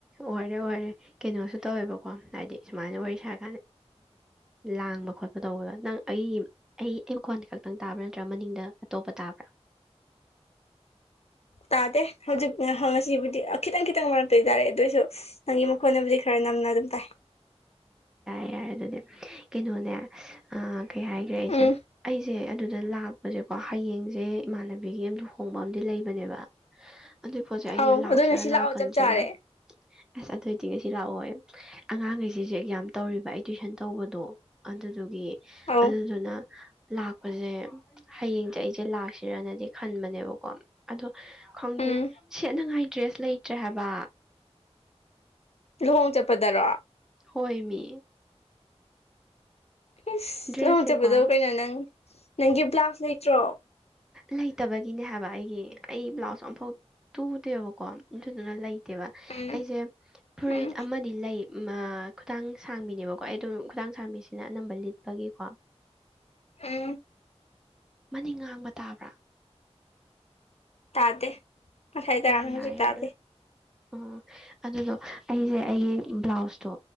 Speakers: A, in the centre; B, on the left.
A: ꯋꯥꯔꯦ ꯋꯥꯔꯦ ꯀꯩꯅꯣꯁꯨ ꯇꯧꯋꯦꯕꯀꯣ ꯍꯥꯏꯗꯤ ꯁꯨꯃꯥꯏꯅ ꯋꯥꯔꯤ ꯁꯥꯔꯀꯥꯟꯗ ꯂꯥꯡꯕ ꯈꯣꯠꯄ ꯇꯧꯕꯗꯣ ꯅꯪ ꯑꯩ ꯑꯩ ꯑꯩ ꯃꯈꯣꯟꯗ ꯈꯛꯇꯪ ꯇꯥꯕ꯭ꯔꯥ ꯅꯠꯇ꯭ꯔꯥ ꯃꯅꯤꯡꯗ ꯑꯇꯣꯞꯄ ꯇꯥꯕ꯭ꯔꯥ
B: ꯇꯥꯗꯦ ꯍꯧꯖꯤꯛꯁꯤꯕꯨꯗꯤ ꯈꯤꯇꯪ ꯈꯤꯇꯪ ꯃꯔꯛꯇꯣꯏ ꯇꯥꯔꯦ ꯑꯗꯨꯑꯣꯏꯁꯨ ꯅꯪꯒꯤ ꯃꯈꯣꯟꯅꯕꯨꯗꯤ ꯈꯔ ꯅꯝꯅ ꯑꯗꯨꯝ ꯇꯥꯏ
A: ꯍꯥꯏ ꯍꯥꯏꯔꯦ ꯑꯗꯨꯗꯤ ꯀꯩꯅꯣꯅꯦ ꯀꯩ ꯍꯥꯏꯈ꯭ꯔꯦ ꯑꯩꯁꯦ
B: ꯎꯝ
A: ꯑꯩꯁꯦ ꯑꯗꯨꯗ ꯂꯥꯛꯄꯁꯦ ꯀꯣ ꯍꯌꯦꯡꯁꯦ ꯏꯃꯥꯟꯅꯕꯤꯒꯤ ꯑ ꯂꯨꯍꯣꯡꯕ ꯑꯝ ꯂꯩꯕꯅꯦꯕ
B: <inaudible>
A: ꯑꯗꯨꯏ ꯄꯣꯠꯁꯦ ꯑꯩꯁꯦ
B: ꯑꯧ
A: ꯂꯥꯛꯁꯤꯔꯥ
B: ꯑꯗꯣ ꯉꯁꯤ
A: ꯂꯥꯛꯀꯟꯁꯤꯔ
B: ꯂꯥꯛꯑꯣ ꯆꯞ ꯆꯥꯔꯦ
A: ꯑꯁ ꯑꯗꯨꯏ ꯇꯤꯡꯁꯤ ꯂꯥꯛꯑꯣꯏ ꯑꯉꯥꯡꯈꯩꯁꯤꯁꯨ ꯑꯦꯛ ꯌꯥꯝ ꯇꯧꯔꯤꯕ ꯑꯩ ꯇꯨꯋꯏꯁꯟ ꯇꯧꯕꯗꯣ ꯑꯗꯨ ꯑꯗꯨꯒꯤ
B: ꯑꯧ
A: ꯑꯗꯨꯗꯨꯅ ꯂꯥꯛꯄꯁꯦ ꯍꯌꯦꯡꯁꯦ ꯑꯩꯁꯦ ꯂꯥꯛꯁꯤꯔꯅꯗꯤ ꯈꯟꯕꯅꯦ ꯣ ꯑꯣ ꯈꯪꯗꯦ
B: ꯎꯝ
A: ꯁꯦꯠꯅꯉꯥꯏ ꯗ꯭ꯔꯦꯁ ꯂꯩꯇ꯭ꯔꯦ ꯍꯥꯏꯕ
B: ꯂꯨꯍꯣꯡ ꯆꯠꯄꯗꯔꯣ
A: ꯍꯣꯏ ꯃꯤ
B: ꯏꯁꯁ
A: ꯗ꯭ꯔꯦꯁꯁꯦꯀꯣ
B: ꯂꯧꯖꯕꯗꯣ ꯀꯩꯅꯣ ꯅꯪ ꯅꯪꯒꯤ ꯕ꯭ꯂꯥ ꯂꯩꯇ꯭ꯔꯣ
A: ꯂꯩꯇꯕꯒꯤꯅꯦ ꯍꯥꯏꯕ ꯑꯩꯒꯤ ꯑꯩ ꯕ꯭ꯂꯥꯎꯁ ꯑꯃꯝꯐꯥꯎ ꯇꯨꯗꯦꯕꯀꯣ ꯏꯟꯊꯗꯨꯅ ꯂꯩꯇꯦꯕ
B: ꯎꯝ
A: ꯑꯩꯁꯦ ꯐꯨꯔꯤꯠ
B: ꯎꯝ
A: ꯑꯃꯗꯤ ꯂꯩ ꯈꯨꯇꯥꯡ ꯁꯥꯡꯕꯤꯅꯦꯕꯀꯣ ꯑꯩ ꯑꯗꯨꯝ ꯈꯨꯗꯥꯥꯡ ꯁꯥꯡꯕꯤꯁꯤꯅ ꯑꯅꯝꯕ ꯂꯤꯠꯄꯒꯤꯀꯣ
B: ꯎꯝ
A: ꯃꯅꯤꯡ ꯉꯥꯡꯕ ꯇꯥꯕ꯭ꯔꯥ
B: ꯇꯗ ꯃ ꯊꯥꯏꯗꯔ
A: ꯑꯣ
B: ꯍꯧ
A: ꯌꯥꯔꯦ
B: ꯎꯆꯛ
A: ꯌꯥꯔꯦ
B: ꯇꯗ
A: ꯑꯣ ꯑꯗꯨꯗꯣ ꯑꯩꯁꯦ ꯑꯩꯒꯤ ꯕ꯭ꯂꯥꯎꯁꯇꯣ